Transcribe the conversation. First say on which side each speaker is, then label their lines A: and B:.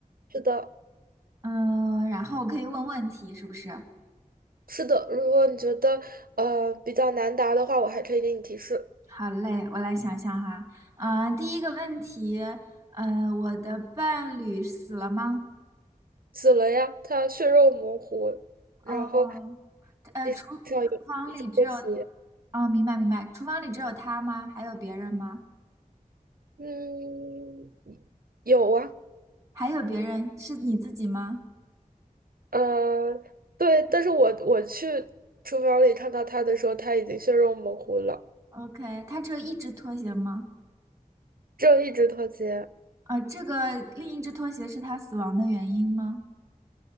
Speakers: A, on the right; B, on the right.
A: 是的，
B: 嗯，然后我可以问问题，是不是？
A: 是的，如果你觉得呃比较难答的话，我还可以给你提示。
B: 好嘞，我来想想哈。啊、第一个问题，呃，我的伴侣死了吗？
A: 死了呀，他血肉模糊，然后
B: 哦，呃，
A: 地上有一只拖鞋。
B: 厨厨房里只有，哦，明白明白，厨房里只有他吗？还有别人吗？
A: 嗯，有啊，
B: 还有别人，是你自己吗
A: 呃，对，但是我我去厨房里看到他的时候，他已经血肉模糊了，
B: ？OK，他只有一只拖鞋吗？
A: 只有一只拖鞋。
B: 啊、这个另一只拖鞋是他死亡的原因吗？